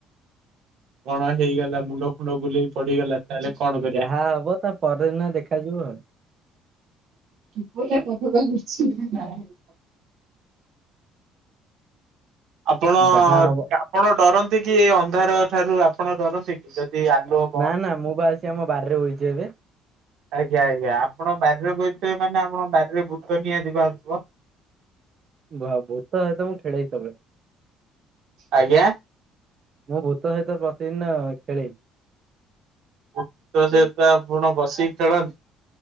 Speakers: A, on the right (about 55°); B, on the right (about 30°).
A: କଣ ହେଇଗଲା ମୁଣ୍ଡ ଫୁଣ୍ଡ ବୁଲେଇ ପଡିଗଲା। ତାହେଲେ କଣ କରିବା?
B: ଯାହା ହବ ତା ପରଦିନ ଦେଖାଯିବ ଆଉ।
A: ୁପଟା କତକା ବୁଝଛି। <unintelligible> ଆପଣ
B: ଆଉ ଯାହା ହବ
A: ଆପଣ ଡରନ୍ତି କି ଏ ଅନ୍ଧାର ଠାରୁ ଆପଣ ଡରନ୍ତି କି ଯଦି ଆଲୁଅ ବ
B: ନା ନା ମୁଁ ବା ଆସି ଆମ ବାର୍ରେ ବଇଚି ଏବେ।
A: ଆଜ୍ଞା ଆଜ୍ଞା ଆପଣ ବାର୍ରେ ବଇଥିବେ ମାନେ ଆପଣ ବାର୍ରେ ଭୂତ ନିଆତି ବାହାରୁଥିବ।
B: ବା ଭୂତ ହେତ ମୁଁ ଖେଳେଇ ସବଳେ।
A: ଆଜ୍ଞା।
B: ମୁଁ ଭୂତ ସହିତ ପ୍ରତିଦିନ ଖେଳେ।
A: ଭୂତ ସହିତ ଆପଣ ବସିକି ଖେଳନ୍ତି।